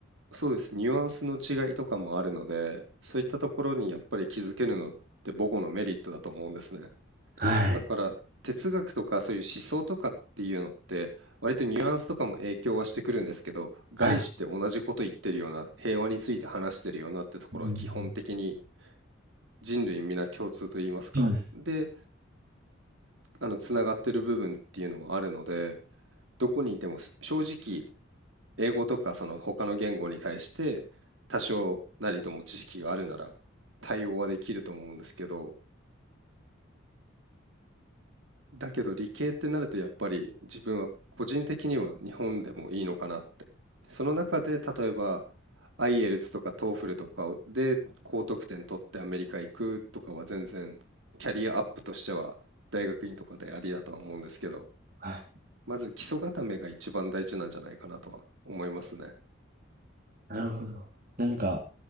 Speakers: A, on the right; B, on the right.
A: そうです。ニュアンスの違いとかもあるので、そういったところにやっぱり気づけるのって母語のメリットだと思うんですね。
B: はい。
A: だから哲学とかそういう思想とかっていうのって割とニュアンスとかも影響はしてくるんですけど概して同じこと言ってるような平和について話してるようなってところは基本的に
B: はい。うん
A: 人類皆共通と言いますかで
B: はい。
A: あのつながってる部分っていうのはあるのでどこにいてもす正直英語とかその他の言語に対して多少なりとも知識があるなら対応はできると思うんですけどだけど理系ってなるとやっぱり自分は個人的には日本でもいいのかなって。その中で例えば IELTS とか TOEFL とかで高得点取ってアメリカ行くとかは全然キャリアアップとしては大学院とかでありだとは思うんですけど、
B: はい
A: まず基礎固めが一番大事なんじゃないかなとは思いますね。
B: なるほど。なんか、